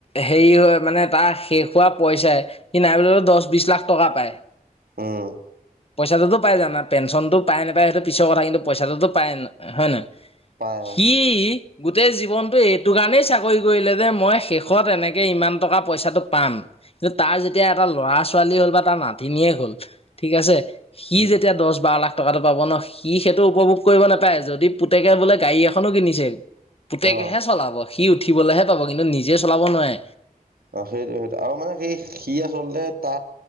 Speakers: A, on the left; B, on the right.
A: হেৰি হয়, মানে তাৰ শেষ হোৱা পইচাই, সি নাই বুলি ক'লে, দহ, বিশ লাখ টকা পায়।
B: উম।
A: পইচাটোতো পাই যায় না, পেঞ্চনতোটো পাই নাপায়, সেইটো পিছৰ কথা কিন্তু পইচাটোতো পায়, হয় নাই।
B: পাই
A: সি
B: অ
A: গোটেই জীৱনটো এইটো কাৰণেই চাকৰি কৰিলে যে, মই শেষত এনেকে ইমান টকা-পইচাটো পাম। কিন্তু, তাৰ যেতিয়া এটা ল'ৰা-ছোৱালী হ'ল, বা তাৰ নাতিনীয়ে হ'ল, ঠিক আছে। সি
B: উম
A: যেতিয়া দহ বাৰ লাখ টকাটো পাব ন সি সেইটো উপভোগ কৰিব নাপায় যদি পুতেকে বোলে গাড়ী এখনো কিনিছে পুতেকেহে
B: অ
A: চলাব সি উঠিবলৈহে পাব কিন্তু নিজে চলাব নোৱাৰে
B: অ সেইটো সেইটো আৰু মানে সেই সি আচলতে তা